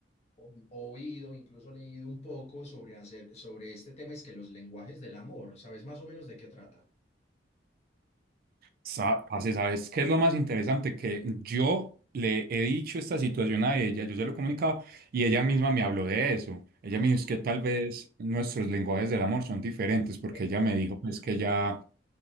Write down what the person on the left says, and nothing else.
o- oído, incluso leído un poco sobre hacer, sobre este tema, es que los lenguajes del amor, ¿sabes más o menos de qué trata?
Ah,
eh,